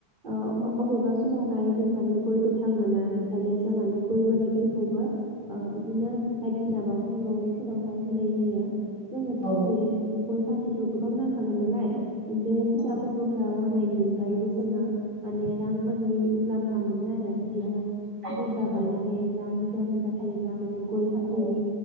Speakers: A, on the right; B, on the right.
A: अ उम अबेबा समावहाय जों माने गय गोथां मोना बेखायनो जों माने गय बोराइफोरखौबो ओ बिदिनो बायदिसिना बावथाय बावनायफोरावहाय होनाय जायो। जोंनाथ'
B: औ
A: बे उम गय फाथ <unintelligible> गोबां नांखागोन नालाय। बे फुजा
B: औ
A: फोरबोफोराव हनायनि अनगायैबो जोङो माने रांफोरनि मुलामफ फा मोनो आरो बिदिनो
B: लुनानै थानो थाखाय
A: बुरजा
B: औ
A: गायनो हायोब्ला बि बिगा बिगा थायोब्ला माने गय फाथैनि
B: औ